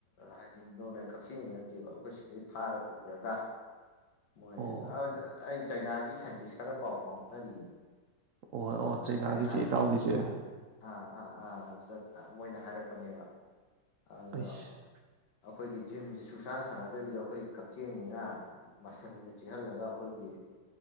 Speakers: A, on the left; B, on the right.
A: ꯍꯥꯏꯗꯤ ꯅꯣꯔꯃꯦꯜ ꯀꯛꯆꯦꯡꯁꯤ ꯅꯠꯇꯦꯕ ꯑꯩꯈꯣꯏ ꯁꯤꯗꯩ ꯐꯥꯔ ꯄꯨꯈ꯭ꯔꯒ ꯃꯣꯏ
B: ꯑꯣ
A: ꯑꯩ ꯆꯩꯅꯥꯒꯤ ꯁꯥꯏꯟꯇꯤꯁ ꯈꯔ ꯄꯥꯎ ꯐꯥꯎꯅꯔꯤꯌꯦ
B: ꯑꯣ ꯑꯣ
A: ꯑꯗꯨ
B: ꯆꯩꯅꯥꯒꯤꯁꯦ
A: ꯃꯣꯏꯅ ꯍꯥꯏꯕꯗ
B: ꯏꯇꯥꯎꯒꯤꯁꯦ
A: ꯑꯥ ꯑꯥ ꯑꯥ ꯖꯨꯖꯠ ꯃꯣꯏꯅ ꯍꯥꯏꯔꯛꯄꯅꯦꯕ ꯑꯗꯣ
B: ꯑꯩꯁ
A: ꯑꯩꯈꯣꯏꯒꯤ ꯖꯤꯝꯁꯦ ꯁꯨꯡꯁꯥꯟ ꯁꯥꯟꯅꯗꯕꯤꯗ ꯑꯩꯈꯣꯏ ꯀꯛꯆꯦꯡꯁꯤꯅ ꯃꯁꯟꯁꯦ ꯆꯤꯍꯜꯂꯒ ꯑꯩꯈꯣꯏꯒꯤ